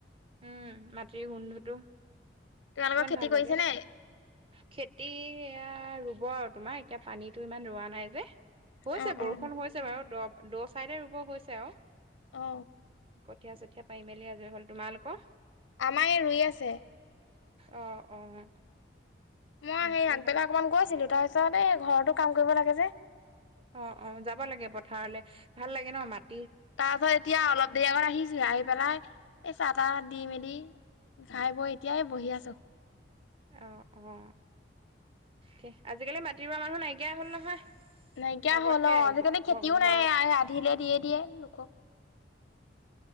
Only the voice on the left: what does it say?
তোমালোকৰ
খেতি
কৰিছে
নে?
অ
অ
অ
আমাৰ এই ৰুই আছে।
মই
সেই আগবেলা অকমান গৈছিলো তাৰপিছত এই ঘৰতো কাম কৰিব লাগে যে।
তাৰ পাছত এতিয়া অলপ দেৰি আগত আহিছো আহি পেলাই এই চাহ তাহ দি মেলি খাই বৈ এতিয়াই বহি আছো।
নাইকিয়া
হ'ল অ' আজিকালি
খেতিও নাই আধিলে দিয়ে দিয়ে লোকক